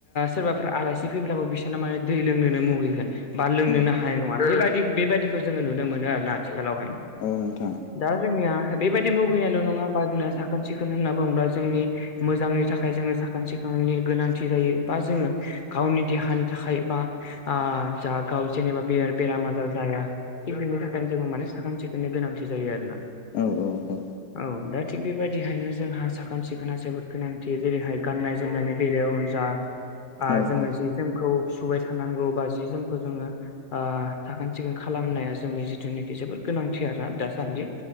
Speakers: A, on the left (about 45°); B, on the left (about 70°).
A: सोरबाफ्रा आलासि फैब्लाबो बिसोरना माने दै लोंनोनो मुगैगोन। बा लोंनोनो
B: औ
A: हानाय नङा बेबायदि बेबायदिखौ जोङो नुनो मोनो आरोना आथिखालावहायनो
B: औ नोंथां
A: दा जोंनिया बेबायदि मुगैनायल' नङा बा जोंना साखोन सिखोन होनना बुङोब्ला जोंनि। मोजांनि थाखाय जोङो साखोन सिखोननि गोनांथि जायो बा जोङो गावनि देहानि थाखाय बा आ जाहा गाव जेनेबा <unintelligible> गिदिर बेमार आजार जाया। थिग बेनि थाखाय जोङो माने साखोन सिखोननि गोनांथि जायो आरोना।
B: औ औ औ
A: औ दा थिग बेबायदिहायनो जोंहा साखोन सिखोना जोबोद गोनांथि जेरैहाय गाननाय जोमनायनि बेलायाव जा
B: औ
A: जोङो
B: औ
A: आ जि जोमखौ सुबाय थानांगौ बा जि जोमखौ जोङो साखोन सिखोन खालामनाया जोंनि जिथुनाखि जोबोद गोनांथि आरोना दासान्दि।